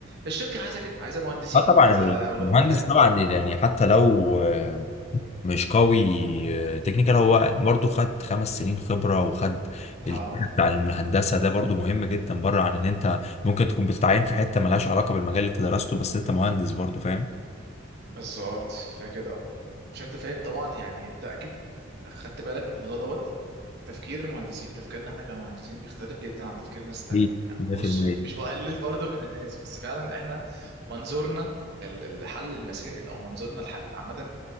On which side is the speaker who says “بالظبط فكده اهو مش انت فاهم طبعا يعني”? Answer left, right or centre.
Right